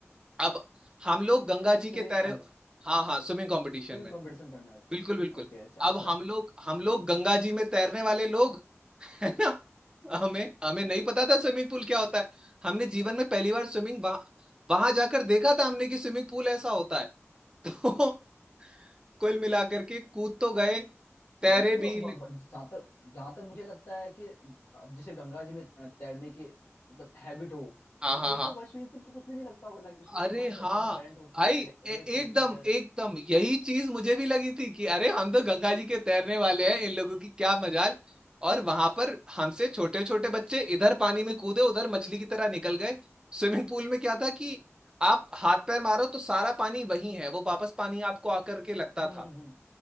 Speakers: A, on the right; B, on the left.
A: अब हम लोग गंगा जी
B: स्विमिंग
A: के तैरे हाँ हाँ स्विमिंग कंपटीशन
B: स्विमिंग
A: में
B: कंपटीशन करना है
A: बिल्कुल
B: अच्छा
A: बिल्कुल
B: ओके अच्छा अच्छा
A: अब हम लोग हम लोग गंगा जी में तैरने वाले लोग <laughs> है ना हमें हमें नहीं पता था स्विमिंग पूल क्या होता है हमने जीवन में पहली बार स्विमिंग वहां वहां जाकर देखा था हमने कि स्विमिंग पूल ऐसा होता है <laughs> तो कुल मिलाकर के कूद तो गए तैरे
B: बट तो
A: भी
B: ब- ब- जहाँ तक जहाँ तक मुझे लगता है कि अब जैसे गंगा जी में तैरने की मतलब हैबिट हो
A: हाँ
B: उसे
A: हाँ हाँ
B: तो भाई स्विमिंग पूल तो कुछ भी नहीं लगता होगा लाइक उसमें
A: अरे
B: तो भाई का-
A: हाँ
B: काफी करंट होती
A: आई
B: है रे, रेत
A: ए- एकदम
B: होती है
A: एकदम यही चीज मुझे भी लगी थी कि अरे हम तो गंगा जी के तैरने वाले हैं इन लोगों की क्या मजाल और वहां पर हमसे छोटे छोटे बच्चे इधर पानी में कूदे उधर मछली की तरह निकल गए स्विमिंग पूल में क्या था कि आप हाथ पैर मारो तो सारा पानी वही है वो वापस पानी आपको आकर के लगता
B: हम्म
A: था
B: हम्म